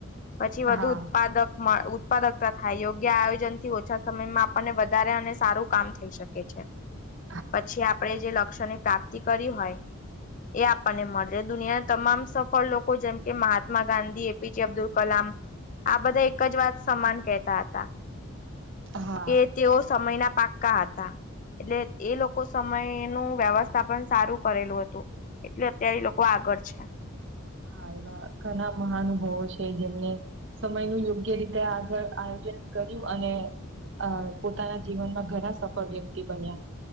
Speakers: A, on the left; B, on the right.
A: પછી વધુ
B: હા
A: ઉત્પાદક મળ ઉત્પાદકતા થાય યોગ્ય આયોજન થી ઓછા સમયમાં આપણને વધારે અને સારું કામ થઈ શકે છે.
B: <inaudible>
A: પછી આપણેે જે લક્ષ્યની પ્રાપ્તિ કરી હોય એ આપણને મળશે દુનિયાના તમામ સફળ લોકો જેમ કે મહાત્મા ગાંધી એપીજે અબ્દુલ કલામ આ બધા એક જ વાત સમાન કેહેતા હતા
B: હા
A: કે તેઓ સમયના પા કા હતા એટલે એ લોકો સમયનુ વ્યવસ્થાપન પણ સારુ કરેલુ હતુ. એટલે અત્યારે લોકો આગળ છે.
B: હા એવા ઘણા મહાનુભાવો છે જેમને સમય નુ યોગ્ય રીતે આગળ આયોજન કર્યુ અને અ પોતાના જીવનમાં ઘણા સફળ વ્યક્તિ બન્યા.